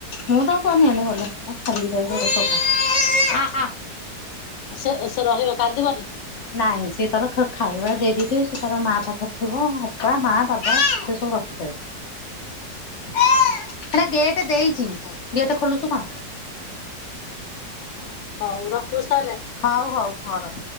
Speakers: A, on the left; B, on the left.
A: ମୁଁ ତ ପୁଅ ନିଅଲୋ ଗଲ ମୁଁ ଛାଡିକି ଯାଏ <unintelligible> ଆ ଆ।
B: ସେ ସେ ରହିବ! କାନ୍ଦିବନି?
A: ନାଇଁ ସିଏ ତାର ଖାଇବା ଦେଇଦେଇଥିବି, ସେ ତାର ମା ପାଖରେ ଥିବ ଅପା, ମା, ବାବା ସେ ସବୁ ରଖିଥେବେ।
B: ହଁ
A: ହେଟା ଗେଟ୍ ଦେଇଚି,
B: ଓହୋ
A: ଗେଟ୍ ଖୋଲୁଛୁ କଣ?
B: ଅ ହ ହଉ ରଖୁଛି ତାଲେ।
A: ହଉ ହଉ ହଉ ରହ।